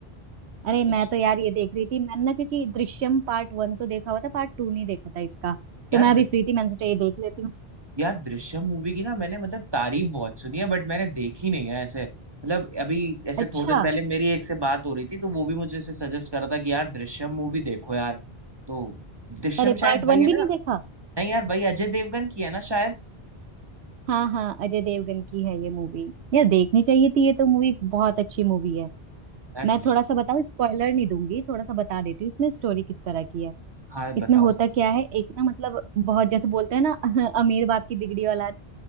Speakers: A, on the right; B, on the right.
A: अरे
B: कुछ
A: मैं तो यार ये देख रही थी मैंने ना क्योंकि दृश्यम पार्ट वन तो देखा हुआ था पार्ट टू नहीं देखा था इसका तो
B: यार
A: मैं अभी
B: दृ-
A: फ्री थी मैंने सोचा ये देख लेती हूँ
B: यार दृश्यम मूवी की ना मैंने मतलब तारीफ बहुत सुनी है बट मैंने देखी नहीं है ऐसे मतलब अभी ऐसे
A: अच्छा
B: थोड़े दिन पहले मेरी एक से बात हो रही थी तो वो भी मुझे ऐसे सजेस्ट कर रहा था कि यार दृश्यम मूवी देखो यार तो दृश्यम
A: अरे पार्ट
B: शायद वही
A: वन
B: है
A: भी नहीं
B: ना
A: देखा
B: नहीं यार वही अजय देवगन की है ना शायद
A: हाँ हाँ अजय देवगन की है ये मूवी यार देखनी चाहिए थी ये तो मूवी बहुत अच्छी मूवी है
B: यार
A: मैं
B: दृश्यम
A: थोड़ा सा बताऊं स्पॉइलर नहीं दूंगी थोड़ा सा बता देती हूँ इसमें स्टोरी किस तरह की है
B: हाँ बताओ
A: इसमें होता क्या है एक ना मतलब बहुत जैसे बोलते हैं ना <laughs> अमीर बाप की बिगड़ी औलाद